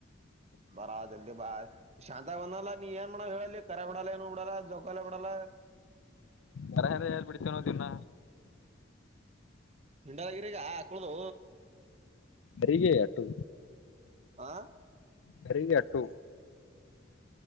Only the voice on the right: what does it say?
ಬರ ಜಲ್ದಿ ಬಾ. ಶಾಂತ ಬನ್ನಲ್ಲ ನೀ ಏನ್ ಮಾಡೋವ ಹೇಳಲೇ ಕರ ಬಿಡಲ್ಲ ಏನು ಬಿಡಲ್ಲ ಜೌಕಲ್ಲ ಬಿಡಲ್ಲ.
ಹಿಂಡವಾಗಿರ ಈಗ ಆಕುಳ್ದು
ಆ